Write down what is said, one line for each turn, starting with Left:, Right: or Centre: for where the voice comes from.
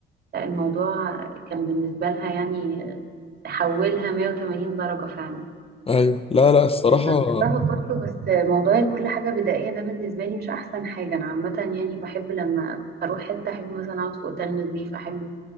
Right: لا، الموضوع كان بالنسبه لها يعني حولها 180 درجه فعلا
Left: ايوه لا لا الصراحة
Right: انا رحتها برضه بس موضوع كل حاجه بدائيه ده بالنسبه لي مش احسن حاجه انا عامه يعني بحب لما اروح حته احب مثلا اقعد في اوتيل نظيف احب